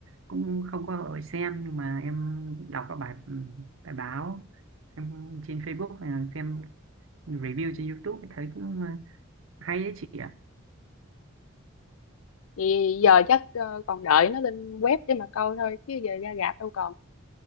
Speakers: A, on the right; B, on the left.
A: cũng không có hội xem nhưng mà em đọc các bài bài báo em trên Facebook hay là xem review trên YouTube thấy cũng à, hay đấy chị ạ
B: thì giờ chắc ờ, còn đợi nó lên web để mà coi thôi chứ giờ ra rạp đâu còn